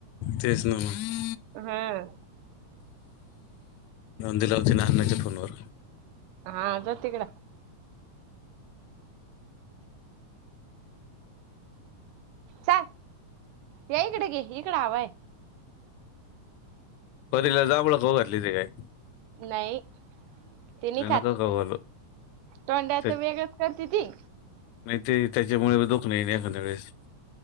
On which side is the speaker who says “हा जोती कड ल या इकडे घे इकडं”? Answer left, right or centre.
Right